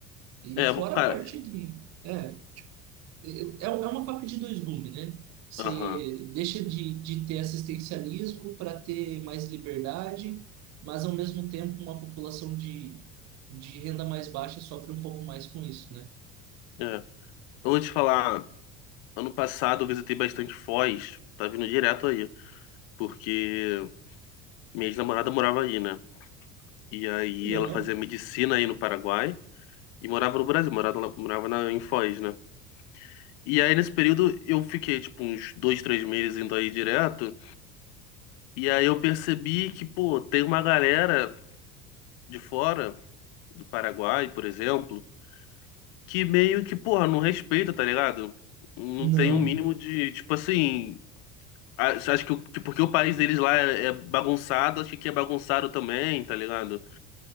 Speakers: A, on the right; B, on the left.
A: E
B: É,
A: fora
B: cara,
A: a parte de. É. É é é uma faca de dois gumes, né? Você
B: aham,
A: deixa de, de ter assistencialismo para ter mais liberdade, mas ao mesmo tempo uma população de, de renda mais baixa sofre um pouco mais com isso, né?
B: é. Eu vou te falar, ano passado eu visitei bastante Foz, tá vindo direto aí, porque minha ex-namorada morava aí, né? E aí
A: É Legal?
B: ela fazia medicina aí no Paraguai. E morava no Brasil, morava, lá- morava na, em Foz, né? E aí, nesse período, eu fiquei, tipo, uns dois, três meses indo aí direto. E aí eu percebi que, pô, tem uma galera de fora, do Paraguai, por exemplo, que meio que, porra, não respeita, tá ligado? Não
A: Não.
B: tem um mínimo de, tipo assim. a- Acho que, o- que porque o país deles lá é é bagunçado, acho que aqui é bagunçado também, tá ligado?